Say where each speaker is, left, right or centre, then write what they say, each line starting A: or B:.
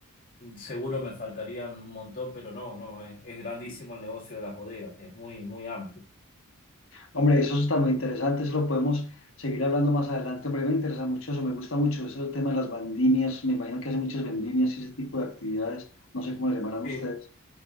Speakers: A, on the left; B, on the left.
A: mm, seguro me faltarían un montón, pero no, no, es, es grandísimo el negocio de las bodegas. Es muy, muy amplio.
B: Hombre, eso está muy interesante, eso lo podemos seguir hablando más adelante. Hombre, me interesa mucho eso, me gusta mucho ese tema de las vendimias, me imagino que hacen muchas vendimias y ese tipo de actividades, no sé cómo le llamarán
A: Sí.
B: ustedes.